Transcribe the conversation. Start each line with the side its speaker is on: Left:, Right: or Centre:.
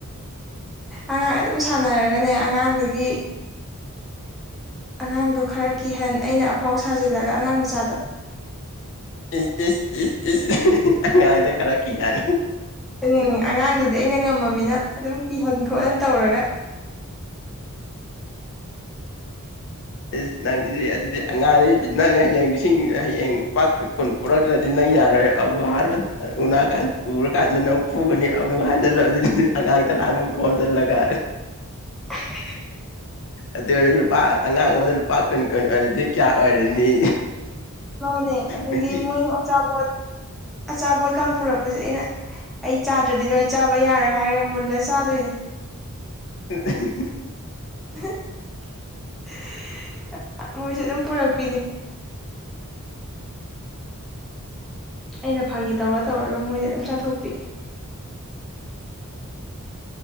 Centre: ꯑꯉꯥꯡ ꯑꯗꯨꯝ ꯁꯥꯟꯅꯔꯒꯅꯦ ꯑꯉꯥꯡꯗꯒꯤ ꯑꯉꯥꯡꯗꯣ ꯈꯔ ꯀꯤꯍꯟ ꯑꯩꯅ ꯑꯐꯥꯎ ꯁꯥꯖꯤꯜꯂꯒ ꯑꯉꯥꯡ ꯃꯆꯥꯗ
Left: ꯏꯁ ꯏꯁ ꯏꯁ ꯏꯁ ꯑꯉꯥꯡꯗ ꯈꯔ ꯀꯤꯍꯟ
Centre: ꯎꯝ ꯑꯉꯥꯡꯗꯨꯗꯤ ꯑꯩꯅ ꯉꯝꯃꯅꯤꯅ ꯑꯗꯨꯝ ꯀꯤꯍꯟ ꯈꯣꯠꯍꯟ ꯇꯧꯔꯒ
Left: ꯑꯦꯁ ꯅꯪꯖꯤꯗꯤ ꯑꯗꯨꯗꯤ ꯑꯉꯥꯡ ꯅꯪ ꯍꯌꯦꯡ ꯂꯤꯁꯤꯡ ꯍꯌꯦꯡ ꯄꯥꯠ ꯀꯨꯟ ꯄꯨꯔꯛꯇ꯭ꯔꯗꯤ ꯅꯪ ꯌꯥꯔꯣꯏ ꯑꯃꯨꯛ ꯎꯅꯀꯥꯟ ꯎꯔꯀꯥꯟꯗ ꯅꯩ ꯄꯨꯒꯅꯤ ꯑꯃꯨꯛ ꯍꯥꯏꯖꯤꯜꯂꯣ ꯑꯗꯨꯗꯤ ꯑꯉꯥꯡ ꯇꯔꯥꯃꯨꯛ ꯈꯣꯟꯖꯜꯂꯒ
Centre: <unintelligible>
Left: ꯑꯗꯩ ꯂꯨꯄꯥ ꯑꯉꯥꯡ ꯑꯃꯗ ꯂꯨꯄꯥ ꯀꯨꯟ ꯀꯨꯟ ꯑꯣꯏꯔꯗꯤ ꯀꯌꯥ ꯑꯣꯏꯔꯅꯤ
Centre: ꯃꯥꯅꯦ ꯑꯗꯒꯤ
Left: ꯅꯨꯡꯇꯤ
Centre: ꯃꯣꯏꯅ ꯑꯆꯥꯄꯣꯠ ꯑꯆꯥꯄꯣꯠ ꯀꯥꯡ ꯄꯨꯨꯔꯛꯄꯁꯦ ꯑꯩꯅ ꯑꯩ ꯆꯥꯗ꯭ꯔꯗꯤ ꯅꯣꯏ ꯆꯥꯕ ꯌꯥꯔꯣꯏ ꯍꯥꯏꯔꯒ ꯃꯨꯜꯂ ꯆꯥꯗꯣꯏꯅꯦ <inaudible>
Left: <unintelligible>
Centre: <unintelligible> ꯃꯣꯏꯁꯨ ꯑꯗꯨꯝ ꯄꯨꯔꯛꯄꯤꯅꯦ ꯑꯩꯅ ꯐꯥꯒꯤ ꯇꯧꯔ ꯇꯧꯔꯒ ꯃꯣꯏꯗꯩ ꯑꯗꯨꯝ ꯆꯥꯊꯣꯛꯄꯤ